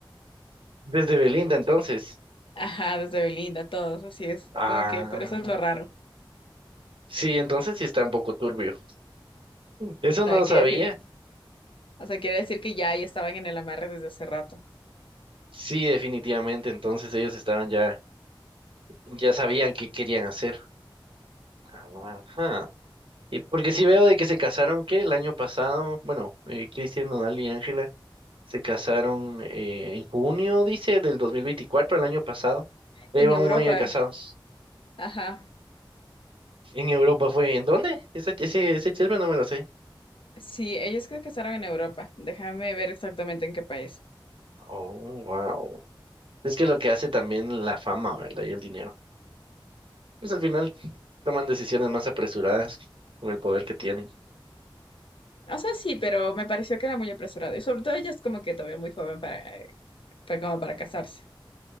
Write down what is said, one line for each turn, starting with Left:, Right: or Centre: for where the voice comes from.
Right: Desde Belinda entonces.
Left: Ajá, desde Belinda, todos, así es
Right: Ah,
Left: como que por eso es lo raro.
Right: sí, entonces sí está un poco turbio. Eso
Left: O
Right: no
Left: sea, quiere
Right: sabía.
Left: decir, o sea, quiere decir que ya, ya estaban en el amarre desde hace rato.
Right: Sí, definitivamente, entonces ellos estaban ya, ya sabían qué querían hacer. Ajá. Y porque sí veo de que se casaron, ¿qué? El año pasado, bueno, eh, Cristian Nodal y Ángela. Se casaron eh, en junio, dice, del 2024 el año pasado. Ya
Left: En
Right: llevan
Left: Europa,
Right: un año de casados.
Left: ajá.
Right: En Europa fue. ¿En dónde? Ese, ese, ese chisme no me lo sé.
Left: Sí, ellos creo que estaban en Europa. Déjame ver exactamente en qué país.
Right: Oh, wow. Es que lo que hace también la fama, ¿verdad? Y el dinero. Pues al final toman decisiones más apresuradas con el poder que tienen.
Left: O sea, sí, pero me pareció que era muy apresurado. Y sobre todo ella es como que todavía muy joven para Fue como para casarse.